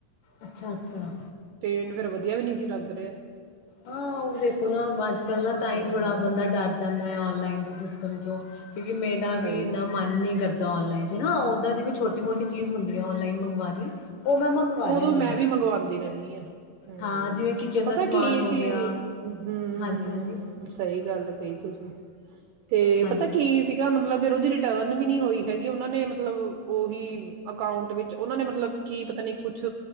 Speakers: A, on the left; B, on the right.
A: ਅੱਛਾ-ਅੱਛਾ।
B: ਪੇਂਟ ਫੇਰ ਵਧੀਆ ਵੀ ਨੀ ਸੀ ਲੱਗ ਰਿਹਾ
A: ਹਾਂ ਉਹ ਵੀ ਦੇਖੋ ਨਾ ਅੱਜ ਕੱਲ ਨਾ, ਤਾਂ
B: ਹਮ
A: ਹੀ ਥੋੜ੍ਹਾ ਬੰਦਾ ਡਰ ਜਾਂਦਾ ਹੈ ਔਨਲਾਈਨ ਸਿਸਟਮ ਕਿਉਂ ਕਿਉਂਕਿ ਮੇਰਾ
B: ਸਹੀ
A: ਵੀ ਇੰਨਾ
B: ਗੱਲ
A: ਮਨ
B: ਹੈ।
A: ਨਹੀਂ ਕਰਦਾ, ਔਨਲਾਈਨ ਹਾਂ ਓਦਾਂ ਜਿਵੇਂ, ਛੋਟੀ ਮੋਟੀ ਚੀਜ਼ ਹੁੰਦੀ ਆ ਔਨਲਾਈਨ ਮੰਗਵਾਉਣੀ। ਉਹ ਮੈਂ ਮੰਗਵਾ ਲੈਂਦੀ
B: ਉਦੋਂ ਮੈਂ
A: ਹਾਂ
B: ਵੀ ਮੰਗਵਾਉਂਦੀ ਰਹਿੰਦੀ ਹਾਂ। ਹਮਮ।
A: ਹਾਂ ਜਿਵੇਂ ਕਿਚਨ
B: ਪਤਾ
A: ਦਾ ਸਮਾਨ
B: ਕੀ ਏ
A: ਹੋ
B: ਸੀ
A: ਗਿਆ
B: ਏ, ਹੁੰ-ਹੁੰ-ਹ
A: ਹਾਂਜੀ-ਹਾਂਜੀ,
B: ਸਹੀ ਗੱਲ ਕਹੀ ਤੁਸੀਂ। ਤੇ,
A: ਹਾਂਜੀ
B: ਪਤਾ ਕੀ ਸੀਗਾ। ਮਤਲਬ ਏ ਉਹਦੀ ਰਿਟਰਨ ਵੀ ਨਹੀਂ ਹੋਈ ਹੈਗੀ। ਉਹਨਾਂ ਨੇ ਮਤਲਬ, ਉਹੀ ਅਕਾਊਂਂਟ ਵਿੱਚ ਉਹਨਾਂ ਨੇ, ਮਤਲਬ ਕੀ ਪਤਾ ਨੀ ਕੁਛ